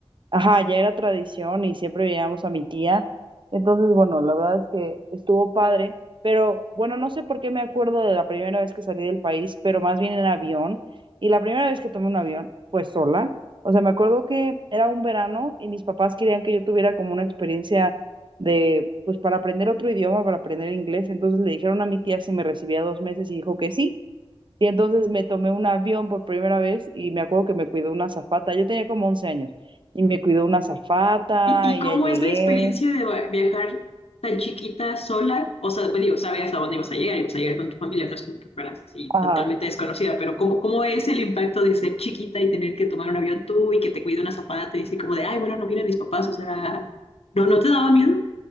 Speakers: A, on the right; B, on the left.
A: Ajá, ya era tradición y siempre veíamos a mi tía. Entonces, bueno, la verdad es que estuvo padre, pero bueno, no sé por qué me acuerdo de la primera vez que salí del país, pero más bien en avión. Y la primera vez que tomé un avión fue sola. O sea, me acuerdo que era un verano y mis papás querían que yo tuviera como una experiencia de, pues para aprender otro idioma, para aprender inglés. Entonces le dijeron a mi tía si me recibía dos meses y dijo que sí. Y entonces me tomé un avión por primera vez y me acuerdo que me cuidó una azafata. Yo tenía como 11 años y me cuidó una azafata
B: ¿Y, y
A: y
B: cómo
A: ya llegué.
B: es la experiencia de va- viajar tan chiquita, sola? O sea, bueno, digo, sabías a dónde ibas a llegar, ibas a llegar con tu familia, no es como que fueras así
A: Ajá.
B: totalmente desconocida, pero ¿cómo, cómo es el impacto de ser chiquita y tener que tomar un avión tú y que te cuida una zapata, te dice como de, ay, bueno, no vienen mis papás, o sea, ¿no, no te daba miedo?